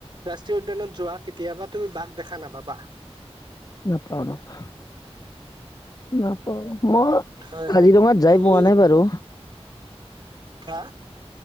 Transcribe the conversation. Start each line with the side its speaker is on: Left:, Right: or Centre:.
Right: ৰাষ্ট্ৰীয় উদ্যানত যোৱা কেতিয়াবা তুমি বাঘ দেখা নাপাবা।
Left: নাপাওঁ নাপাওঁ নাপাওঁ ম
Right: হয়
Left: কাজিৰঙাত
Right: হয়
Left: যাই
Right: তুমি
Left: পোৱা নাই বাৰু।
Right: হা?